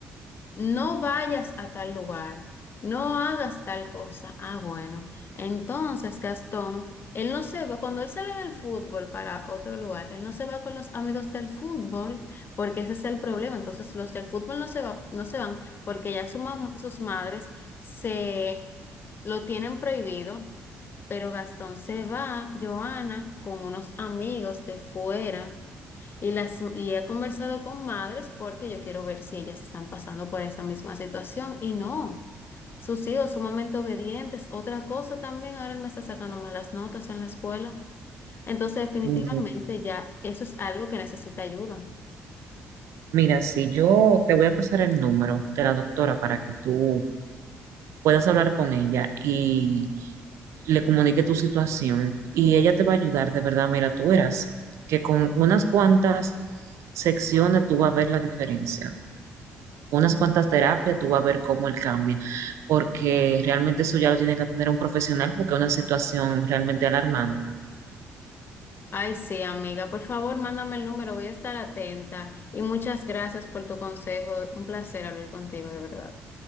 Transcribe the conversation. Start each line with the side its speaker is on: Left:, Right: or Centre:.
Left: No vayas a tal lugar, no hagas tal cosa. Ah, bueno. Entonces, Gastón, él no se va, cuando él sale del fútbol para otro lugar, él no se va con los amigos del fútbol, porque ese es el problema. Entonces, los del fútbol no se va, no se van porque ya su mam- sus madres se lo tienen prohibido, pero Gastón se va, Joana, con unos amigos de fuera. Y, las, y he conversado con madres porque yo quiero ver si ellas están pasando por esa misma situación y no. Sus hijos sumamente obedientes. Otra cosa también, ahora él me está sacando malas notas en la escuela. Entonces, definitivamente
Right: Mm,
Left: ya eso es algo que necesita ayuda.
Right: Mira, si yo te voy a pasar el número de la doctora para que tú puedas hablar con ella y le comunique tu situación y ella te va a ayudar, de verdad, mira, tú verás que con unas cuantas secciones tú vas a ver la diferencia. unas cuantas terapias, tú vas a ver cómo él cambia, porque realmente eso ya lo tiene que atender un profesional porque es una situación realmente alarmante.
Left: Ay, sí, amiga, por favor, mándame el número, voy a estar atenta. Y muchas gracias por tu consejo. Un placer hablar contigo, de verdad.